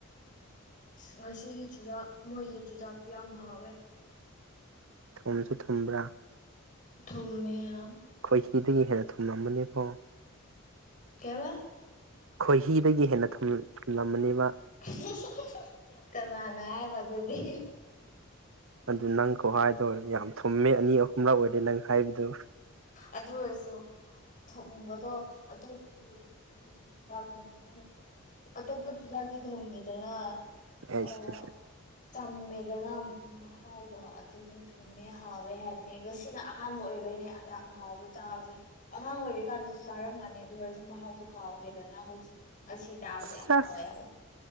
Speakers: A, on the left (about 35°); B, on the right (about 65°).
A: ꯉꯁꯤꯒꯤ ꯆꯨꯖꯥꯛ ꯃꯣꯏꯒꯤ ꯆꯨꯖꯥꯛꯇꯤ ꯌꯥꯝ ꯍꯥꯎꯋꯦ
B: ꯊꯣꯡꯁꯨ ꯊꯨꯝꯕ꯭ꯔꯥ
A: ꯊꯨꯝꯃꯦꯌꯥꯝꯝ
B: ꯑꯩꯈꯣꯏ ꯍꯤꯗꯒꯤ ꯍꯦꯟꯅ ꯊꯨꯝꯂꯝꯝꯕꯅꯤꯀꯣ
A: ꯀꯦꯕ
B: ꯈꯣꯏꯍꯤꯗꯒꯤ ꯍꯦꯟꯅ ꯊꯨꯝꯂꯝꯃꯅꯤ ꯃꯥ
A: ꯍꯦ ꯍꯦ ꯀꯅꯥꯅ ꯍꯥꯢꯕ ꯑꯗꯨꯗꯤ
B: ꯑꯗꯨ ꯅꯪ ꯈꯨꯍꯥꯏꯗꯣ ꯌꯥꯝ ꯊꯨꯝꯃꯦ ꯑꯅꯤ ꯑꯍꯨꯝꯂꯛ ꯑꯣꯏꯔꯦ ꯅꯪ ꯍꯥꯏꯕꯗꯨ
A: ꯑꯗꯨ ꯑꯣꯢꯔꯁꯨ ꯊꯝꯕꯗꯣ ꯑꯇꯣꯞꯄꯒꯤ ꯑꯇꯣꯞ ꯑꯗꯨꯃꯥꯏꯅ ꯑꯇꯣꯞꯄ ꯁꯨꯖꯥꯛꯗꯤ ꯊꯨꯝꯃꯤꯗꯅ <inaudible>
B: ꯑꯩꯁ
A: ꯑꯣ ꯆꯝꯃꯦꯗꯅ ꯆꯥꯛꯍꯥꯎꯗꯣ ꯑꯗꯨꯗꯤ ꯊꯨꯝꯃꯦ ꯍꯥꯎꯋꯦ ꯍꯥꯏꯕꯅꯦ ꯉꯁꯤꯅ ꯑꯍꯥꯟꯕ ꯑꯣꯏꯕꯩꯅꯦ ꯌꯥꯝ ꯍꯥꯎꯕ ꯆꯥꯕꯁꯦ ꯑꯉꯥꯡ ꯑꯣꯏꯔꯤ ꯀꯥꯟꯗꯁꯨ ꯆꯥꯔꯝꯒꯅꯤ ꯑꯗꯨ ꯑꯣꯏꯔꯁꯨ ꯃꯍꯥꯎꯗꯣ ꯀꯥꯎꯈ꯭ꯔꯦꯗꯅ ꯍꯧꯖꯤꯛ ꯑꯁꯤ ꯆꯥꯕꯖꯦ
B: ꯁꯁ
A: ꯌꯥꯝ ꯍꯥꯎꯋꯦ ꯍꯥꯏꯕ